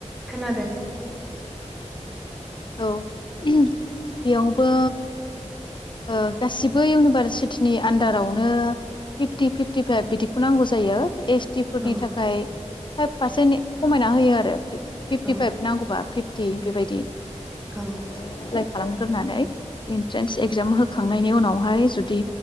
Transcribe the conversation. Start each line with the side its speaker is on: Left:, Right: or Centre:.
Centre: खोनादों
Left: औ बेयावबो ओ गासिबो इउनिभारसिटिनि आन्दारावनो फिफटि फिफटि फाइभ बिदिखौ नांगौ जायो। एस टि फोरनि
Centre: औ
Left: थाखाय फाइभ पारसेन्टनि खमायना होयो आरो फिफ्टिफाइभ
Centre: औ
Left: नांगौबा फिफ ति बेबायदि
Centre: औ
Left: <unintelligible> एप्लाइ खालामग्रोनानै इन्ट्रेन्स ए गजाम होखांनायनि उनावहाय जुदि